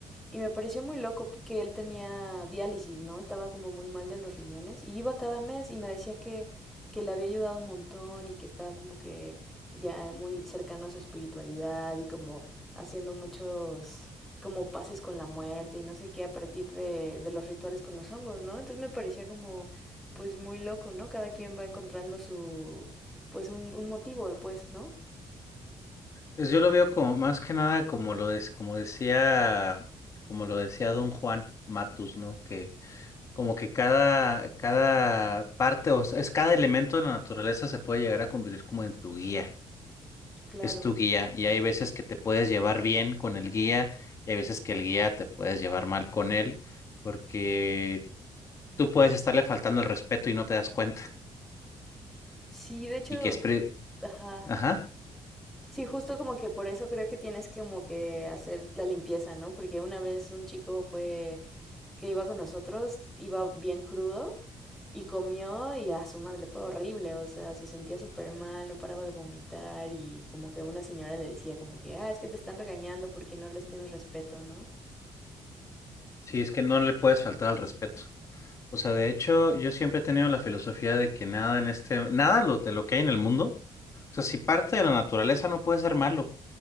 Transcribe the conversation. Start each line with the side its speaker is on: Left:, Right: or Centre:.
Centre: y me pareció muy loco que él tenía diálisis, ¿no? Estaba como muy mal de los riñones y iba cada mes y me decía que, que le había ayudado un montón y que estaba como que ya muy cercano a su espiritualidad y como haciendo muchos como pases con la muerte y no sé qué a partir de, de los rituales con los hongos, ¿no? Entonces me parecía como pues muy loco, ¿no? Cada quien va encontrando su pues un, un motivo, pues, ¿no?
Left: Pues yo lo veo como más que nada como lo des- como decía, como lo decía Don Juan Matus, ¿no? Que como que cada, cada parte, o sea, es cada elemento de la naturaleza se puede llegar a convertir como en tu guía.
Centre: Claro.
Left: Es tu guía. Y hay veces que te puedes llevar bien con el guía, y hay veces que el guía te puedes llevar mal con él, porque tú puedes estarle faltando el respeto y no te das cuenta.
Centre: Sí, de hecho,
Left: Y que es pre-
Centre: ajá.
Left: Ajá.
Centre: Sí, justo como que por eso creo que tienes como que hacer la limpieza, ¿no? Porque una vez un chico fue que iba con nosotros, iba bien crudo Y comió y a su madre le fue horrible, o sea, se sentía súper mal, no paraba de vomitar y como que una señora le decía como que, ah, es que te están regañando porque no les tienes respeto, ¿no?
Left: Sí, es que no le puedes faltar al respeto. O sea, de hecho, yo siempre he tenido la filosofía de que nada en este, nada lo- de lo que hay en el mundo, o sea, si parte de la naturaleza no puede ser malo,